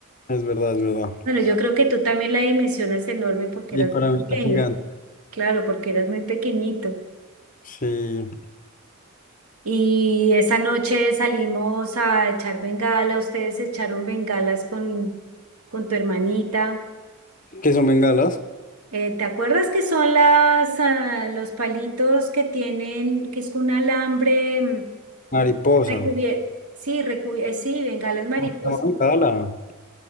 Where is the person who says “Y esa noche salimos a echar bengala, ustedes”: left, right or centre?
Right